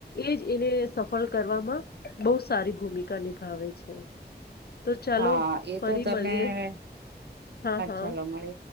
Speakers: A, on the left; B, on the right.
A: એ જ એને સફળ કરવામાં બહુ સારી ભૂમિકા ક નિભાવે છે તો ચાલો
B: હા એ
A: ફરી
B: તો તમે
A: મળીએ હા હા
B: ચાલો મળી